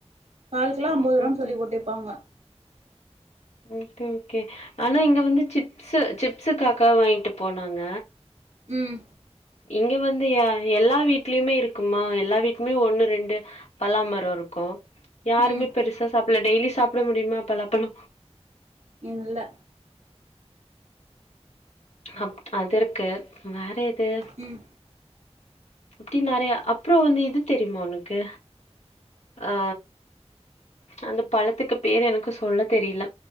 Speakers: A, on the right; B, on the left.
A: காலுக்குெல்லா
B: ம்
A: ஐம்பது ரூபான்னு
B: ம்
A: சொல்லிட்டிருப்பாங்க
B: ம் ம் ஓகே ஓகே ஆனா இங்க வந்து சிப்ஸ் சிப்ஸக்காக வாங்கிட்டு போனாங்க
A: ம்
B: இங்க வந்து யா எல்லா வீட்லயுமே இருக்குமா எல்லா வீட்டுமே ஒண்ணு ரெண்டு பலாமரம் இருக்கு யாருமே
A: ம்
B: பெருசா சாப்பிட டெய்லி சாப்பிட முடியுமா பலாப்பழோ
A: இல்ல
B: அப் அது இருக்கு வேற எது
A: ம்
B: இப்டி நறைய அப்புறோ இது தெரியுமா உனக்கு ஆ அந்த பழத்துக்கு பேரு எனக்கு சொல்ல தெரில